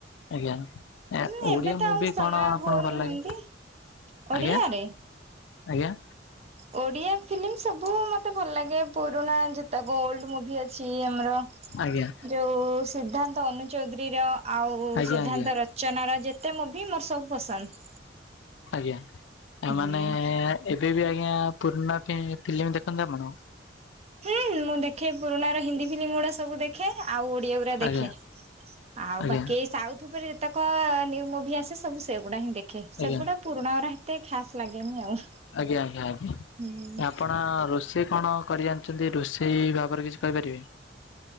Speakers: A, on the left; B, on the right.
A: ଆଜ୍ଞା। ଏ
B: ହୁଁ
A: ଓଡିଆ
B: ଏବେ ତ
A: ମୁଭି
B: ଆଉ ସମୟ
A: କଣ ଆପଣଙ୍କୁ
B: ହଉନି
A: ଭଲ ଲାଗେ
B: ହେମତି। ଓଡିଆରେ
A: ଆଜ୍ଞା ଆଜ୍ଞା।
B: ଓଡିଆ ଫିଲ୍ମ ସବୁ ମୋତେ ଭଲ ଲାଗେ ପୁରୁଣା ଯେତକ ଓଲଡ୍ ମୁଭି ଅଛି ଆମର।
A: ଆଜ୍ଞା।
B: ଯୋଉ ସିଦ୍ଧାନ୍ତ ଅନୁଚୌଧୁରୀ ର, ଆଉ
A: ଆଜ୍ଞା
B: ସିଦ୍ଧାନ୍ତ
A: ଆଜ୍ଞା
B: ର ଚନାର ଯେତେ ମୁଭି ମୋର ସବୁ ପସନ୍ଦ।
A: ଆଜ୍ଞା ଆ,
B: ହୁଁ
A: ମାନେ ଏବେ ବି ଆଜ୍ଞା ପୁରୁଣା ଫି-ଫିଲ୍ମ ଦେଖନ୍ତି ଆପଣ?
B: ହୁଁ, ହୁଁ, ମୁଁ ଦେଖେ ପୁରୁଣା ର ହିନ୍ଦୀ ଫିଲ୍ମ ଗୁଡା ସବୁ ଦେଖେ। ଆଉ ଓଡିଆ <unintelligible> ର ଦେଖେ
A: ଆଜ୍ଞା
B: ଆଉ
A: ଆଜ୍ଞା
B: ବାକି ଏଇ ସାଉଥ ଉପରେ ଯେ ତକ ନ୍ୟୁ ମୁଭି ଆସେ ସବୁ ସେଗୁଡା ହିଁ ଦେଖେ।
A: ଆଜ୍ଞା
B: ସେଗୁଡା
A: ଆଜ୍ଞା
B: ପୁରୁଣା ଉରା ହେତେ ଖାସ୍ ଲାଗେନି ଆଉ।
A: ଆଜ୍ଞା, ଆଜ୍ଞା, ଆଜ୍ଞା
B: ହୁଁ।
A: ଏ ଆପଣ ରୋଷେଇ କଣ କରି ଜାଣିଚନ୍ତି। ରୋଷେଇ ଭାବରେ କିଛି କହିପାରିବେ?